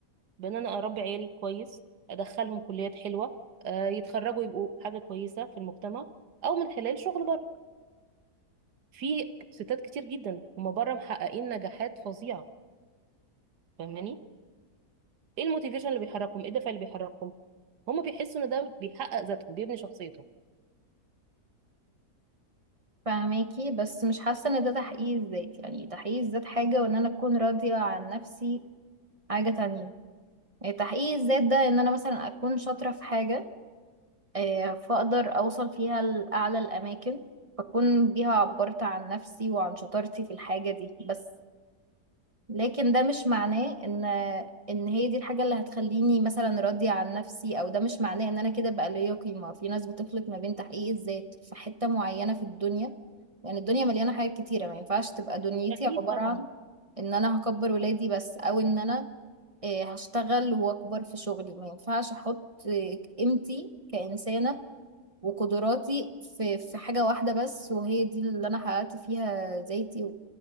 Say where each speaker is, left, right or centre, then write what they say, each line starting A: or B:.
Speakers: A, on the right; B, on the right.
A: بان انا اربي عيالي كويس ادخلهم كليات حلوه آه، يتخرجوا يبقوا حاجه كويسه في المجتمع او من خلال شغل بره في ستات كتير جدا هما بره محققين نجاحات فظيعه فاهماني ايه الموتيفيشن اللي بيحركهم ايه الدافع اللي بيحركهم هما بيحسوا ان ده بيحقق ذاتهم بيبني شخصيتهم
B: فهماكي بس مش حاسة ان ده تحقيق الذات يعني تحقيق الذات حاجة وان انا اكون راضية عن نفسي حاجة تانية يعني تحقيق الذات ده ان انا مثلا اكون شاطرة في حاجة آه، فاقدر اوصل فيها لأعلى الاماكن فاكون بيها عبرت عن نفسي وعن شطارتي في الحاجة دي بس لكن ده مش معناه ان ان هي دي الحاجة اللي هتخليني مثلا راضية عن نفسي او ده مش معناه ان انا كده بقى ليا قيمة في ناس بتخلط ما بين تحقيق الذات في حتة معينة في الدنيا يعني الدنيا مليانة حاجات كتيرة ما ينفعش تبقى دنيتي
A: اكيد
B: عبارة
A: طبعا
B: عن ان انا هكبر ولادي بس او ان انا آه، هشتغل واكبر في شغلي ما ينفعش احط آه، قيمتي كإنسانة وقدراتي في في حاجة واحدة بس وهي دي اللي انا حققت فيها ذاتي